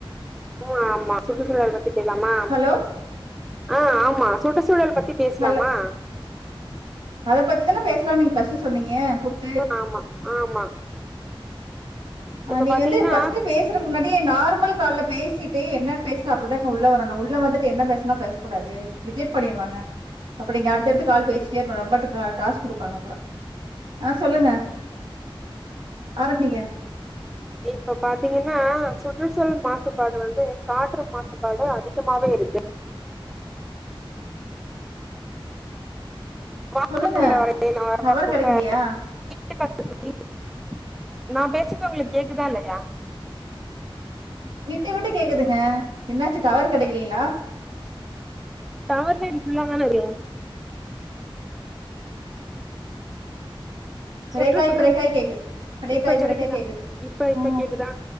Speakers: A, in the centre; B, on the right.
A: ஓ ஆமா சுற்றுச்சூழல் பத்தி பேஸ்லாமா
B: ஹலோ
A: ஆ ஆமா சுற்றுச்சூழல் பத்தி பேஸ்லாமா
B: ஹலோ அத பத்தி தான பேஸ்லாம் நீங்க ஃபர்ஸ்ட் சொன்னீங்க கூப்
A: ஆமா ஆமா
B: ஆ
A: இப்ப
B: நீங்க
A: பாத்தீங்கன்னா
B: வந்து ஃபர்ஸ்ட் பேஸ் சுறதுக்கு முன்னாடியே நார்மல் கால்ப பேசிட்டு என்ன பேஸ்ட்டு அப்புற தாங்க உள்ள வரணும் உள்ள வந்துட்டு என்ன பேஸ்லாம் பேஸ் கூடாது ரிஜெக்ட் பண்ணிருவாங்க அப்றோ நீங்க அடுத்தடுத்து கால் பேசிட்டே இருக்கனும் ரொம்ப டாஸ்க் குடுப்பங்க அப்புறோம் ஆ சொல்லுங்க ஆரம்பிங்க
A: இப்போ பாத்தீங்கன்னா சுற்றுச்சூழல் மாசுபாடு வந்து காற்று மாசுபாடு அதிகமாவே இருக்கு வாகனங்கல
B: சொல்லுங்க
A: வர
B: டவர்
A: புக
B: கெடைக்கலையா
A: <unintelligible> நா பேசுறது உங்களுக்கு கேக்குதா இல்லயா
B: விட்டு விட்டு கேக்குதுங்க என்னாச்சு டவர் கடைக்கலீங்களா
A: டாவவர்லாம் எனக்கு ஃபுல்லா தானருக்கு
B: ப்ரேக்காய்
A: சுற்றுச்சூழல்
B: ப்ரேக்காய் கேக்குது ப்ரேக்காய்
A: இப்ப கெடைக்குதா
B: ப்ரேக்காய் கேக்குது
A: இப்ப இப்ப
B: ஆ
A: கேக்குதா